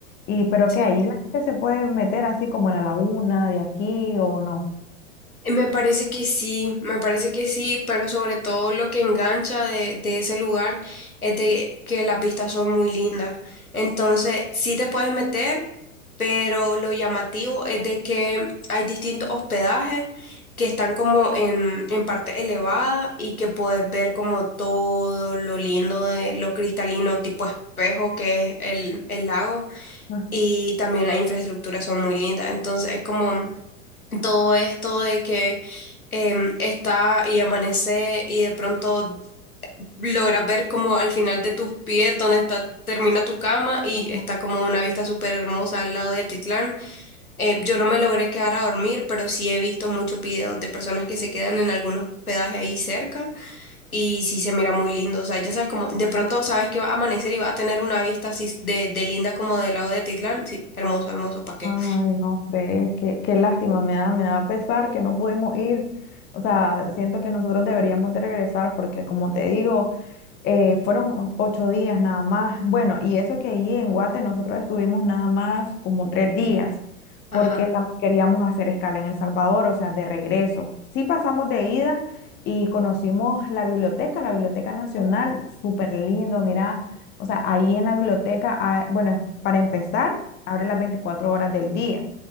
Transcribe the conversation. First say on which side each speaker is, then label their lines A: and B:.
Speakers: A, on the left; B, on the left.
A: Y, pero
B: sí.
A: que ahí la gente se puede meter así como en la laguna de aquí o no.
B: Me parece que sí, me parece que sí, pero sobre todo lo que engancha de, de ese lugar es de que las vistas son muy lindas. Entonces, sí te puedes meter, pero lo llamativo es de que hay distintos hospedajes que están como en, en parte elevada y que puedes ver como todo lo lindo de lo cristalino tipo espejo que es el, el lago
A: <laughs>
B: y también las infraestructuras son muy lindas. Entonces, es como todo esto de que em, está y amanece y de pronto logras ver como al final de tus pies donde está, termina tu cama y
A: Mm,
B: está como una vista súper hermosa al lado de Atitlán. Eh, yo no me logré quedar a dormir, pero sí he visto muchos videos de personas que se quedan en algunos hospedajes ahí cerca y sí se mira muy lindo. O sea, ya sabes como de pronto sabes que va a amanecer y va a tener una vista así de, de linda como del lado de Atitlán. Sí, hermoso, hermoso, ¿para qué?
A: ah, Ay, no sé, qué, qué lástima, me da, me da pesar que no pudimos ir. O sea, siento que nosotros deberíamos de regresar porque como te digo, Eh, fueron ocho días nada más. Bueno, y eso que ahí en Guate nosotros estuvimos nada más como tres días,
B: Ajá,
A: porque también queríamos hacer escala en El Salvador, o sea, de regreso. Sí pasamos de ida y conocimos la biblioteca, la Biblioteca Nacional, súper lindo, mira, o sea, ahí en la biblioteca, ah, bueno, para empezar, abre las 24 horas del día.